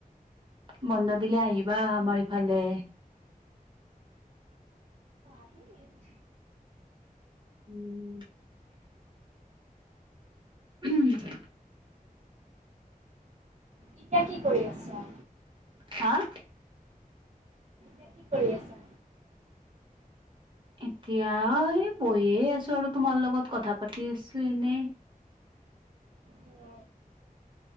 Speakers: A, on the right; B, on the right.
A: বন্ধ দিলে আহিবা আমাৰ ইফালে।
B: এনেই এচ
A: উমঁ! উমঁ হো
B: এতিয়া কি কৰি আছা?
A: হাঃ।
B: এতিয়া কি কৰি আছা?
A: এতিয়া এই বহিয়ে আছোঁ আৰু তোমাৰ লগত কথা পাতি আছোঁ এনেই।
B: নো